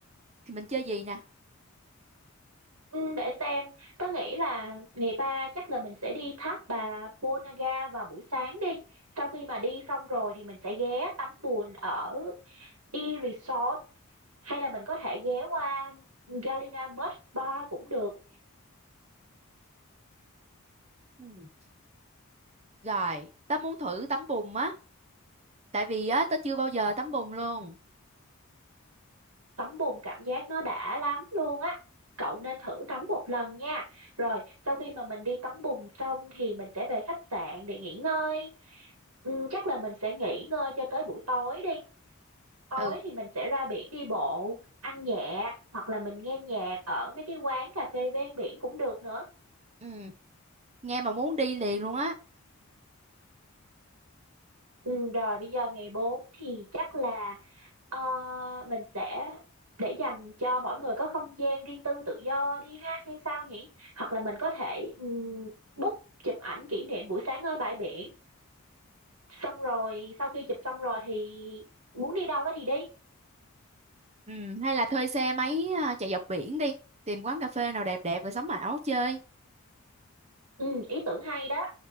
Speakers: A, on the right (about 30°); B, on the right (about 80°).
A: Thì mình chơi gì nè?
B: Ừ, để xem, tớ nghĩ là ngày ba chắc là mình sẽ đi tháp bà Ponagar vào buổi sáng đi. Sau khi mà đi xong rồi thì mình sẽ ghé tắm bùn ở E Resort Hay là mình có thể ghé qua Galina Mud Spa cũng được.
A: Ừ. Rồi, tớ muốn thử tắm bùn á, tại vì á tớ chưa bao giờ tắm bùn luôn.
B: Tắm bùn cảm giác nó đã lắm luôn á. Cậu nên thử tắm một lần nha. Rồi, sau khi mà mình đi tắm bùn xong thì mình sẽ về khách sạn để nghỉ ngơi. Ừ, chắc là mình sẽ nghỉ ngơi cho tới buổi tối đi. Tối
A: Ừ,
B: thì mình sẽ ra biển đi bộ, ăn nhẹ hoặc là mình nghe nhạc ở mấy cái quán cà phê ven biển cũng được nữa.
A: ừ, nghe mà muốn đi liền luôn á.
B: Ừ, rồi bây giờ ngày 4 thì chắc là ờ, mình sẽ để dành cho mỗi người có không gian riêng tư tự do đi ha hay sao nhỉ? Hoặc là mình có thể um, book chụp ảnh kỷ niệm buổi sáng ở bãi biển. Xong rồi sau khi chụp xong rồi thì muốn đi đâu đó thì đi.
A: Ừ, hay là thuê xe máy à, chạy dọc biển đi, tìm quán cà phê nào đẹp đẹp rồi sắm áo chơi.
B: Ừ, ý tưởng hay đó.